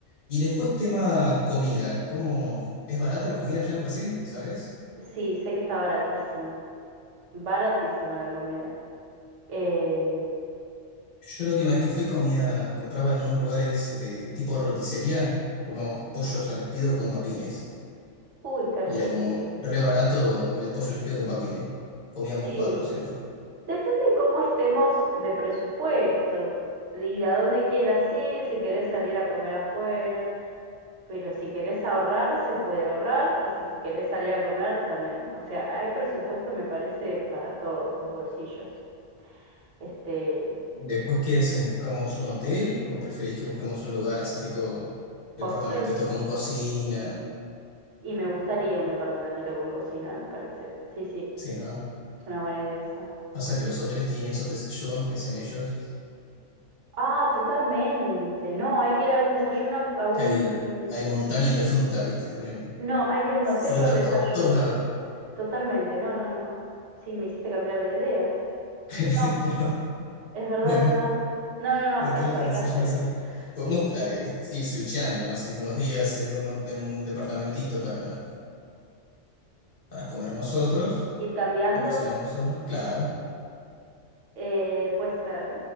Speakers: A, on the left; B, on the right.
A: Y después tema comida. ¿Cómo es barata la comida allá en Brasil? ¿Sabes?
B: Sí, sé que está baratísima, baratísima la comida. Eh,
A: Yo la última vez que fui comía, compraba en unos lugares de tipo roticería unos pollos al espiedo con papines.
B: uy, qué rico.
A: Y era como re barato el pollo al espiedo con papines. Comíamos
B: Sí,
A: cuatro siempre.
B: Depende cómo estemos de presupuesto y a dónde quieras ir, si querés salir a comer afuera, pero si querés ahorrar, se puede ahorrar y si si querés salir a comer también. O sea, hay presupuesto, me parece, para todos los bolsillos. Este
A: Después que si buscamos un hotel o preferís que busquemos un lugar así tipo departamentito
B: hostel
A: con cocina,
B: y me gustaría un departamentito con cocina, me parece. Sí, sí,
A: sí, ¿no?
B: es una buena idea esa.
A: Pasa que los hoteles tienen esos desayunos que hacen ellos,
B: Ah, totalmente. No, hay que ir a un desayuno, a un...
A: que hay, hay montañas de fruta, ¿viste? Te ponen
B: No, hay que ir a un
A: fruta
B: hotel con desayuno.
A: por todos lados.
B: Totalmente, no, no, no. Sí, me hiciste cambiar de idea.
A: <laughs>
B: No,
A: Pero
B: es verdad,
A: bueno,
B: es verdad. No, no, no,
A: hotel
B: eso,
A: con
B: hay
A: desayuno
B: que hacer
A: será.
B: eso. Sí,
A: Podemos eh, ir switchando, ¿no? Así que unos días en un, en un departamentito para, para comer nosotros,
B: ir cambiando,
A: nos cocinamos nosotros, claro,
B: eh, puede ser.